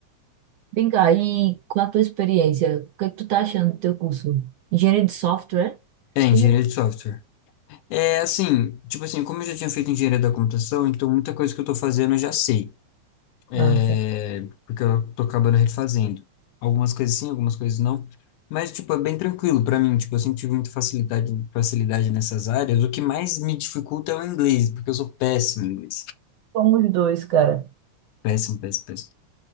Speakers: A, on the right; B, on the left.
A: Vem cá, e com a tua experiência, o que é que tu tá achando do teu curso? Engenharia de software?
B: É engenharia
A: Tu...
B: de software. É assim, tipo assim, como eu já tinha feito engenharia da computação, então muita coisa que eu tô fazendo eu já sei. É,
A: Nossa,
B: porque eu tô acabando refazendo. Algumas coisas sim, algumas coisas não. Mas, tipo, é bem tranquilo pra mim. Tipo, eu sempre tive muita facilidade, facilidade nessas áreas. O que mais me dificulta é o inglês, porque eu sou péssimo em inglês.
A: somos dois, cara.
B: Péssimo, péssimo, péssimo.